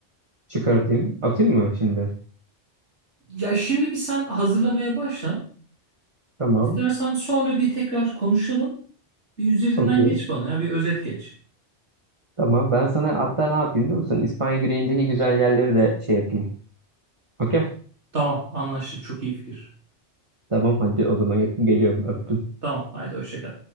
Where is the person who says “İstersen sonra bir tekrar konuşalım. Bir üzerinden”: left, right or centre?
Right